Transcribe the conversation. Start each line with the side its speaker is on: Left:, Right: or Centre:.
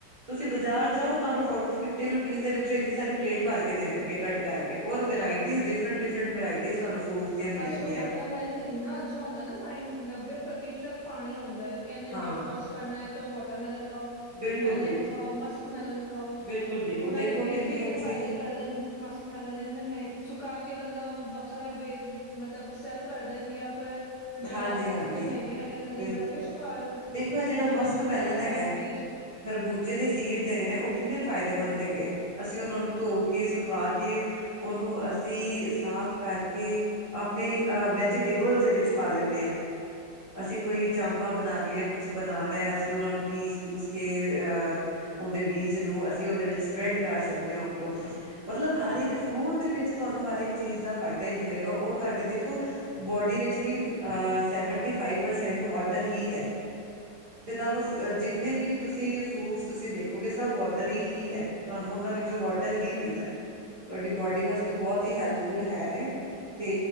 Right: ਤੁਸੀਂ ਬਜਾਰ ਜਾਓ ਤੁਆਨੂੰ ਫੋਰਟੀ, ਫਿਫਟੀ ਰੁਪੀਜ਼ ਦੇ ਵਿੱਚ ਏਨੀਂ ਸਾਰੀ ਪਲੇਟ ਭਰ ਕੇ ਦੇ ਦੇਣਗੇ ਕਟ ਕਰਕੇ ਔਰ ਵੇਰਾਇ ਟੀਸ ਡਿਫਰੈਂਟ-ਡਿਫਰੈਂਟ ਵੈਰਾਇਟੀਜ਼ ਤੁਆਨੂੰ ਫਰੂਟਸ ਦੀਆਂ ਮਿਲਣਗੀਆਂ
Left: ਅੱਜ-ਕੱਲ ਵੋਟਰਮੈਲਨ ਇੰਨਾ ਅੱਛਾ ਹੁੰਦੈ ਨਾ ਨ ਨਾਈ ਨੱਬੇ ਪ੍ਰਤੀਸ਼ਤ ਪਾਣੀ ਹੁੰਦਾ ਏ। ਕੈਂਦੇ
Right: ਹਾਂ
Left: ਵੇਟ ਲੋਜ਼ ਕਰਨੈ ਤੋ ਵੋਟਰਮੈਲਨ ਖਾਓ
Right: ਬਿਲਕੁਲ
Left: ਮੈਲਨ
Right: ਬਿਲਕੁਲ
Left: ਖਾਓ, ਮਸਕ ਮੈਲਨ ਖਾਓ।
Right: ਬਿਲਕੁਲ ਬਿਲਕੁਲ
Left: ਓਨਾਂ
Right: ਦੇਖੋ
Left: ਦੇ ਬੀਜ
Right: ਕਿੰਨੀ
Left: ਵੀ ਇਤਨੇ
Right: ਅੱਛੀ
Left: ਫਾਇਦੇ ਕਰਦੇ ਨ ਮਸਕ ਮੈਲਨ ਏਨੇ ਮੈਂ ਸੁਕਾ ਕੇ ਬੰਦਾ ਵੱਖਰਾ ਬੇਚ ਮਤਲਬ ਸੈੱਲ ਕਰਦੇ ਨੇ ਯਾਂ ਫੇਰ ਬਜਾਰ
Right: ਹਾਂਜੀ
Left: ਵਿੱਚ
Right: ਹਾਂਜੀ
Left: ਇਤਨੇ ਮੈਂਗੇ-ਮੈਂਗੇ ਮਿਲਦੇ
Right: ਬਿਲਕੁਲ
Left: ਘਰ ਪੇ ਸੁਕਾ ਲਓ।
Right: ਦੇਖੋ ਇਹ ਜਿਹੜਾ
Left: ਜੋ
Right: ਮਸਕ ਮੈਲਨ
Left: ਟਾਈਮ
Right: ਹੈਗਾ
Left: ਪਾਸ ਬੀਜ
Right: ਖਰਬੂਜੇ ਦੇ ਸੀਡਸ ਹੈਗੇ ਨੇ ਓ ਕਿੰਨੇ ਫਾਇਦੇਮੰਦ ਹੈਗੇ ਐ। ਅਸੀਂ ਓਨਾਂ ਨੂੰ ਧੋ ਕੇ ਸੁਕਾ ਕੇ ਓਨੂੰ ਅਸੀਂ ਸਾਫ਼ ਕਰਕੇ ਆਪਨੇ ਅ ਵੈਜੀਟੇਬਲਸ ਦੇ ਵਿੱਚ ਪਾ ਲੈਂਨੇ ਆਂ। ਅਸੀਂ ਕੋਈ ਚਾਮਪਾਂ ਬਨਾਨੀਐਂ, ਕੁਛ ਬਨਾਨੈ ਅਸੀਂ ਓਨਾਂ ਨੂੰ ਪੀਸ-ਪੂਸ ਕੇ ਅ ਓਦੇ ਬੀਜ ਨੂੰ ਅਸੀਂ ਓਦੇ ਵਿੱਚ ਸਪ੍ਰੈਡ ਕਰ ਸਕਦੇ ਆਂ ਓਪਰੋਂ। ਮਤਲਬ ਹਰ ਇੱਕ ਫਰੂਟ ਦੇ ਵਿੱਚ ਤੁਆਨੂੰ ਹਰਏਕ ਚੀਜ਼ ਦਾ ਫਾਇਦਾ ਈ ਮਿਲੇਗਾ ਔਰ ਤਾਡੇ ਦੇਖੋ ਬੋਡੀ ਵਿੱਚ ਵੀ ਅ ਸੈਵੰਟੀ ਫਾਈਵ ਪਰਸੈਂਟ ਵੋਟਰ ਹੀ ਐ ਤੇ ਤੁਆਨੂੰ ਫ ਅ ਜਿੰ ਨੇ ਵੀ ਤੁਸੀਂ ਫਰੂਟਸ ਤੁਸੀਂ ਦੇਖੋਗੇ ਸਭ ਵੋਟਰਰੀ ਹੀ ਐ। ਤੁਆਨੂੰ ਓਨਾਂ ਵਿੱਚੋਂ ਵੋਟਰ ਹੀ ਮਿਲਨੈ। ਤੁਆਡੀ ਬੋਡੀ ਵਾਸਤੇ ਬੋਹੋਤ ਹੀ ਹੈਲਪਫੁਲ ਹੈ ਨੇ ਤੇ